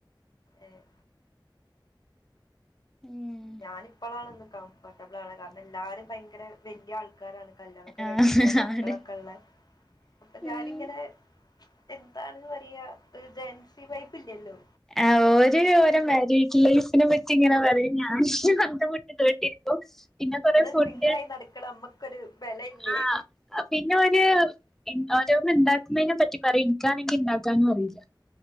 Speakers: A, on the left (about 55°); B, in the centre.
A: ഏഹ്
B: ഉം
A: ഞാനിപ്പോളാണ്ന്ന് കംഫോർട്ടബിൾ ആണ് കാരണം എല്ലാരും ഭയങ്കര വെല്യ ആൾക്കാരാണ് കല്യാണൊക്കെ
B: ആഹ്
A: കഴിച്ചിട്ടുള്ള മക്കളൊക്കെ
B: ആണ്
A: ഉള്ള അപ്പൊ ഞാനിങ്ങനെ
B: ഉം
A: എന്താണെന്ന് പറയാ ജെൻസി വൈബ് ഇല്യല്ലോ
B: ആ ഓര് ഓരെ മാരിഡ് ലൈഫിനെ പറ്റി ഇങ്ങനെ പറയും ഞാൻ അന്തംവിട്ട് കേട്ടിരിക്കും പിന്നെ കുറേ
A: ഇവിടെ
B: ഫുഡ്
A: സിംഗിൾ ആയി നടക്കണ നമ്മക്കൊരു ബലയില്ലേ
B: ആ പിന്നെ ഓര് ഓരോന്ന് ണ്ടാ മ്മനെ പറ്റി പറിം ൻ ക്കാണെ ഇൻക് ണ്ടാക്കാനും അറിയില്ല